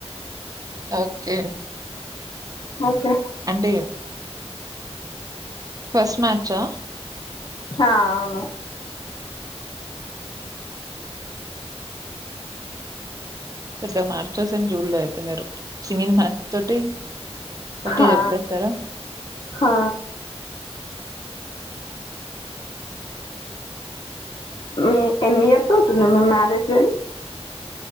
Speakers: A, on the right; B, on the left.
A: ఓకే
B: ఓకే
A: అంటే ఫస్ట్ మ్యాచ్చా
B: ఆ అవును
A: పెద్ద మార్చసేమ్ జూడ్లే అయితె మీరు సింగిల్ మ్యాచ్ తోటి ఓకే
B: ఆ
A: చెప్పేసారా
B: ఆ మీ ఎన్ని ఇయర్తోతుంది మీ మ్యారేజ్ అయి